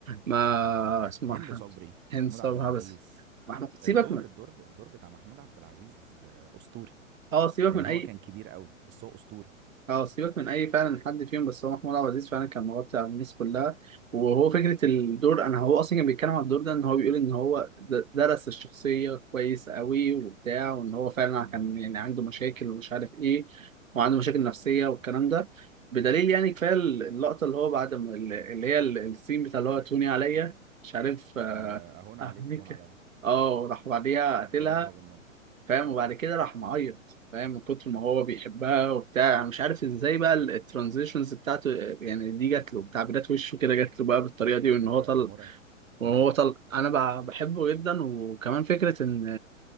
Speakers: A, on the right; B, on the right.
A: ما اسمها
B: هند صبري محمود
A: هند صبري
B: عبد العزيز
A: بس ما احنا سيبك
B: الدور
A: من
B: الدور الدور بتاع محمود عبد العزيز آه، أسطوري
A: اه سيبك
B: يعني
A: من
B: هو
A: اي
B: كان كبير قوي بس هو أسطوري
A: اه سيبك من اي فعلا حد فيهم بس هو محمود عبد العزيز فعلا كان مغطي على الناس كلها وهو فكره الدور انا هو اصلا كان بيتكلم عن الدور ده ان هو بيقول ان هو د- درس الشخصيه كويس قوي وبتاع وان هو فعلا كان يعني عنده مشاكل ومش عارف ايه وعنده مشاكل نفسيه والكلام ده بدليل يعني كفايه اللقطه اللي هو بعد ما ال- اللي هي ال- السين بتاع اللي هو توني عليا مش عارف آه،
B: آه، أهون
A: أهملك.
B: عليك تهون عليا
A: اه وراح بعديها قتلها
B: ضاربها بالنار
A: فاهم وبعد كده راح معيط فاهم من كتر ما هو بيحبها وبتاع يعني مش عارف ازاي بقى ال- الترانزيشنز بتاعته يعني دي جات له تعبيرات وشه كده جات له بقى بالطريقه دي وان
B: مرعب
A: هو طل
B: مرعب
A: وهو
B: مرعب
A: طل انا بع- بحبه جدا وكمان فكره ان